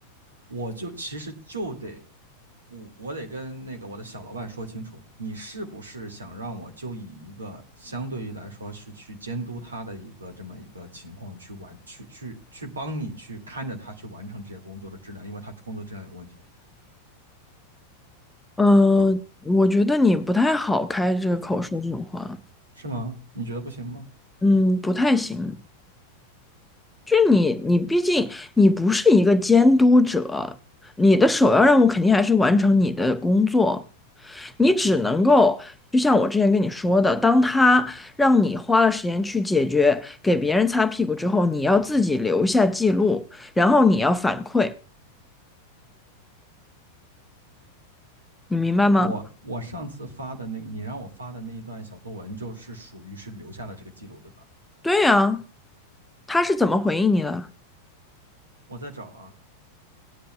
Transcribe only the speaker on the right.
我就其实就得我我得跟那个我的小老板说清楚，你是不是想让我就以一个相对于来说是去监督他的一个这么一个情况去完去去去帮你去看着他去完成这些工作的质量，因为他工作质量有问题，
不是
是吗？你觉得不行吗？
我我上次发的那，你让我发的那一段小作文，就是属于是留下了这个记录，对吧？
我在找啊，